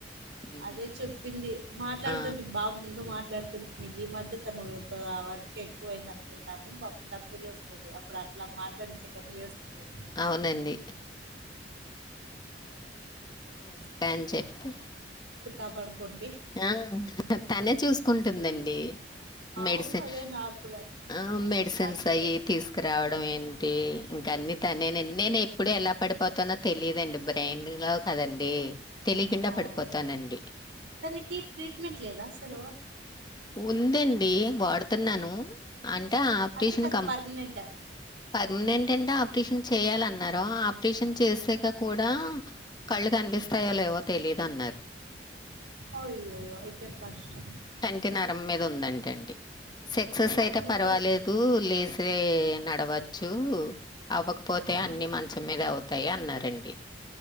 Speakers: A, on the left (about 25°); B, on the right (about 90°).
A: హ్మ్.
B: అదే చెప్పింది మాట్లాడుతుంటే
A: ఆ
B: బా ముందు మాట్లా మాట్లాడుతుంటుంది ఈ మధ్య తను ఆ వర్క్ ఎక్కువ అయింది అనుకుంటాను తక్కువ చేస్తుంది అప్పుడు అట్లా మాట్లాడించే కన్నా చేస్తుండ
A: అవునండి స్పాన్ చెప్పుి
B: కాపాడుకొను
A: ఆ తనే చూసుకుంటుందండి
B: అవును
A: మెడిసిన్
B: అదే నాకు కూడా
A: ఆ మెడిసిన్స్
B: ఆశ్చర్యం
A: అయి తీసుకురావడం ఏంటి ఇంకా అన్నీ తనే నేను ఎప్పుడ ఎలా పడి ప పోతానో తెలియదండి బ్రెయిన్ లో కదండి తెలియకుండా
B: అవును
A: పడిపోతానండి
B: తనకి ట్రీట్మెంట్ లేదా ఆసెలు
A: ఉందండి వాడుతున్నాను అంటే ఆపరేషన్
B: అట్లా కాదు
A: కం
B: పర్మనెంట్
A: పర్మినెంట్ ఏంటంటే ఆపరేషన్ చేయాలన్నారు ఆపరేషన్ చేసాక కూడా కళ్ళు కనిపిస్తాయో లేవో తెలీదు అన్నారు
B: అయ్యయ్యో అయితే కష్టమే
A: టి నరం మీద ఉందంట అండి సక్సెస్ అయితే
B: అట్లా
A: పర్వాలేదు
B: కూడా ఉంటుంది
A: లేసే నడవచ్చు అవ్వకపోతే
B: ఆ,
A: తే అన్ని మంచం మీద అవుతాయి అన్నారండి